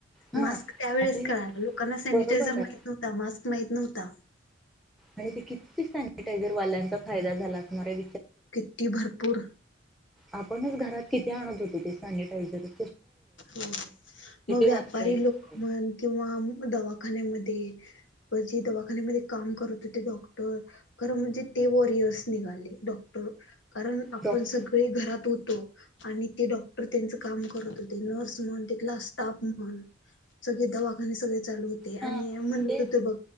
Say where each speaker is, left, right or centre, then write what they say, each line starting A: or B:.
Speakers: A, in the centre; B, on the left.
A: हा
B: मास्क त्यावेळेस
A: आणि
B: कळाल. लोकांना असं सॅनिटायझर
A: बरोबर
B: माहित
A: आहे
B: नव्हता. मास्क माहीत नव्हता.
A: आणि ते किती सॅनिटायझर वाल्यांचा फायदा झाला असणारायं.
B: किती भरपूर.
A: आपणच घरात किती आणत होते ते सॅनिटायझरच.
B: हो. मग व्यापारी
A: वापरायचे
B: लोक म्हण किंवा दवा -- खान्यामध्ये म जे दवाखान्यामध्ये काम करत डॉक्टर, खरं म्हणजे ते वर येत -- नर्स निघाले डॉक्टर -- कारण आपण
A: डॉक्टर
B: सगळे घरात होतो आणि ते डॉक्टर त्यांचं काम करतो होते. नर्स- - म्हणुन तितला स्टाफ म्हणुन सगळे दवाखाने सगळे चालु होते आणि
A: हा
B: हे म्हणत
A: ते
B: होते बघ